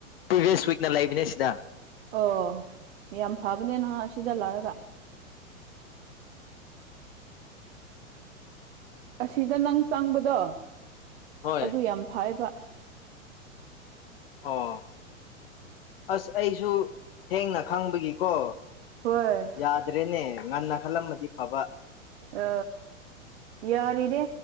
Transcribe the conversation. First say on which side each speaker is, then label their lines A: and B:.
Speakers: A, on the left (about 45°); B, on the right (about 50°).
A: ꯄ꯭ꯔꯤꯚꯤꯌꯁ ꯋꯤꯛꯅ ꯂꯩꯕꯅꯦ ꯁꯤꯗ
B: ꯑꯣ ꯌꯥꯝ ꯐꯕꯅꯦ ꯅꯍ ꯑꯁꯤꯗ ꯂꯥꯛꯔꯒ ꯑꯁꯤꯗ ꯅꯪ ꯆꯪꯕꯗꯣ
A: ꯍꯣꯏ
B: ꯑꯗꯨ ꯌꯥꯝ ꯐꯩꯌꯦꯕ
A: ꯑꯣ ꯑꯁ ꯑꯩꯁꯨ ꯊꯦꯡꯅ ꯈꯪꯕꯒꯤꯀꯣ
B: ꯍꯣꯏ
A: ꯌꯥꯗ꯭ꯔꯦꯅꯦ ꯉꯟꯅ ꯈꯜꯂꯝꯃꯥꯗꯤ ꯐꯕ
B: ꯑ ꯌꯥꯔꯤꯅꯦ